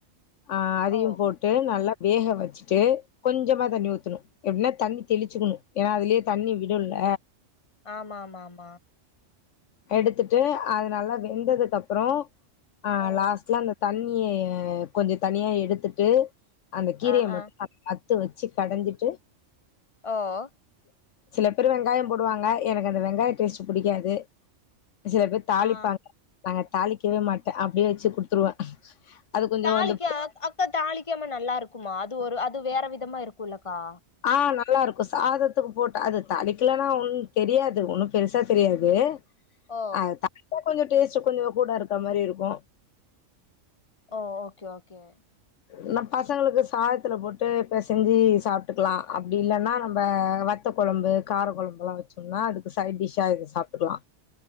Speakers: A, on the left; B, on the left.
A: அ அதையு
B: ஓ
A: போட் டு நல்லா வேக வெச்சுட்டு கொஞ்சமா தண்ணி ஊத்தணு எபின்னா தண்ணி தெளிச்சுக்கணு ஏனா அதுலயே தண்ணி விடுல்ல
B: ஆமா ஆமா ஆமா
A: எடுத்துட்டு அது நல்லா வெந்ததுக்கு அப்புறோ ஆ
B: ஓ
A: லாஸ்ட்ல அந்த தண்ணிய கொஞ்சோ தனியா எடுத்துட்டு அந்த கீரய
B: ஆ ஆ
A: மட்டு மத்து வச்சு கடஞ்சிட்டு
B: ஓ ஓ
A: சில பேரு வெங்காய போடுவாங்க எனக்கு அந்த வெங்காய டேஸ்ட் புடிக்காது சில பேர் தாளிப்பாங்க
B: ஆ
A: நாங்க தாளிக்கவே மாட்ட அப்டியே வச்சு குடுத்துருவே அது கொஞ்சோ
B: தாளிக்க
A: அந்த
B: அக்கா தாளிக்காம நல்லா இருக்குமா அது ஒரு அது வேற விதமா இருக்குல்லக்கா
A: ஆ நல்லா இருக்கு சாதத்துக்கு போட்ட அது தாளிக்கலனா ஒன்னு தெரியாது ஒண்ணு பெருசா தெரியாது
B: ஓ
A: அது தாளிச்சா கொஞ்சோ டேஸ்ட் கொஞ்சோ கூட இருக்க மாரி இருக்கு
B: ஓ ஓக்கே ஓக்கே ஓக்
A: இல்ல பசங்களுக்கு சாதத்துல போட்டு பெசஞ்சி சாப்ட்டுக்கலா அப்டி இல்லன்னா நம்ப வ த்த கொழம்பு கார கொழம்புல்லா வச்சோம்னா அதுக்கு சைட் டிஷ்ஷா இத சாப்ட்டுக்கலா